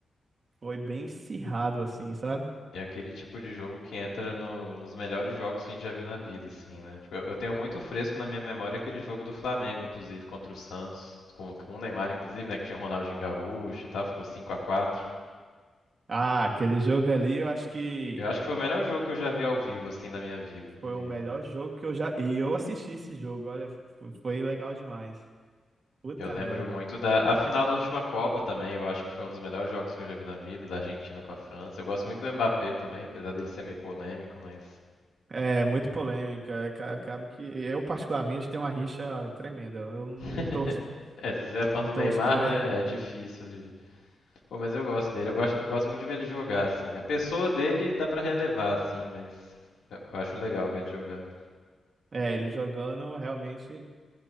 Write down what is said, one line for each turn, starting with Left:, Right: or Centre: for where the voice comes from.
Right: Foi bem acirrado, assim, sabe?
Left: É aquele tipo de jogo que entra no- nos melhores jogos que a gente já viu na vida, assim, né? Tipo, eu, eu tenho muito fresco na minha memória aquele jogo do Flamengo, inclusive, contra o Santos, com, com o Neymar, inclusive, né? Que tinha o Ronaldinho Gaúcho e tal, ficou 5 a 4
Right: Ah, aquele jogo ali, eu acho que
Left: Eu acho que foi o melhor jogo que eu já vi ao vivo, assim, na minha vida.
Right: foi
Left: de-
Right: o melhor jogo que eu já. E eu assisti esse jogo, olha, fo- foi legal demais. Puta
Left: Eu lembro
Right: merda.
Left: muito da a final da última Copa também, eu acho que foi um dos melhores jogos que eu já vi na vida, da Argentina com a França. Eu gosto muito do Mbappé também, apesar dele ser meio polêmico, mas.
Right: É, muito polêmica. aca- Acaba que eu, particularmente, tenho uma rixa tremenda. Eu não
Left: <laughs>
Right: torço,
Left: É, se você é fã
Right: não
Left: do
Right: torço
Left: Neymar,
Right: por
Left: né?
Right: ele, não.
Left: É difícil de. Pô, mas eu gosto dele. Eu gosto, gosto muito de ver ele jogar, assim. A pessoa dele dá pra relevar, assim, mas eu, eu acho legal ver ele jogar.
Right: É, ele jogando, realmente,